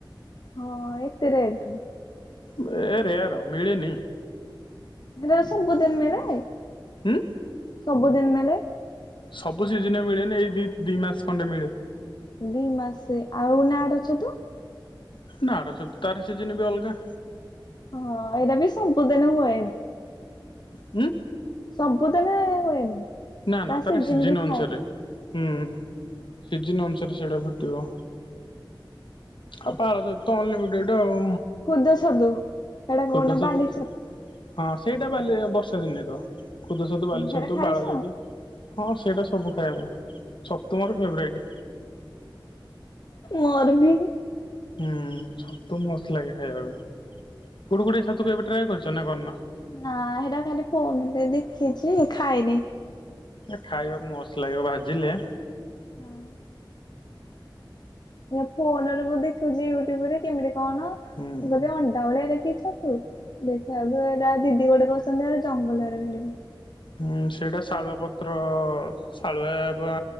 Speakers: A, on the left; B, on the left.
A: ହଁ ଏତେ ରେଟ୍।
B: ବେ ରେୟାର ମିଳେନି।
A: ଏରା ସବୁଦିନ ମିଳେ।
B: ହୁଁ।
A: ସବୁଦିନ ମିଳେ।
B: ସବୁ ସିଜିନରେ ମିଳେନି ଏଇ ଦି ଦି ମାସ ଖଣ୍ଡେ ମିଳେ।
A: ଦି ମାସ ଆଉ ନାଡ ଛତୁ।
B: ନାଡଛତୁ ତାର ସିଜିନ ବି ଅଲଗା।
A: ହଁ ଏଇଟା ବି ସମ୍ପୁ ଦିନ ହୁଏନି।
B: ହୁଁ।
A: ସବୁଦିନେ ହୁଏନି।
B: ନା ନା
A: ତା
B: ତାର
A: ସିଜିନ
B: ସିଜିନ୍
A: ବି
B: ଅନୁସାରେ
A: ଥାଏ
B: ହୁଁ ସିଜିନ୍ ଅନୁସାରେ ସେଇଟା ଫୁଟିବ। ଆଉ ପାଳ ଛତୁ ତ ଅନଲିମିଟେଡ ଆଉ
A: ଖୁଦ ଛତୁ ହେଟା କହୁନ
B: ଖୁଦ ଛତୁ
A: ବାଲି
B: ହଁ ସେଇଟା ବାଲି ବର୍ଷା ଦିନେ ତ କୁଦୁ ଛତୁ ବାଲି
A: ହେରା
B: ଛତୁ
A: ଖାଇଛ?
B: ପାଳ ଛତୁ ହଁ ସେଇଟା ସବୁ ଖାଏ ମୁଁ ଛତୁ ମୋର ଫେବରାଇଟ୍।
A: ମୋର ବି
B: ହୁଁ ଛତୁ ମସ୍ତ ଲାଗେ ଖାଇବା ପାଇଁ କୁଡୁ କୁଡେ଼ ଛତୁ କେବେ ଟ୍ରାଏ କରିଚ ନା କରୀନ।
A: ନା ହେଟା ଖାଲି ଫୋନରେ ଦେଖିଛି ଖାଇନି।
B: ଏ ଖାଇବାକୁ ମସ୍ତ ଲାଗିବ ଭାଜିଲେ।
A: ହଁ। ଏ ଫୋନରେ ମୁଁ ଦେଖୁଚି ୟୁଟ୍ୟୁବରେ କେମିତି କଣ
B: ହୁଁ।
A: ବୋଧେ ଅଣ୍ଡା ଭଳିଆ ଦେଖିଛ। ହୋଉ ଦେଖିବା <unintelligible> ଆଗୁରୁ ଏଟା ଦିଦି ଗୋଟେ କୋହୁଚନ୍ତି ଯେ ଜଙ୍ଗଲରେ ମିବିିବ।
B: ହୁଁ ସେଟା ଶାଳୁଆ ପତ୍ର ଶାଳୁଆ ବ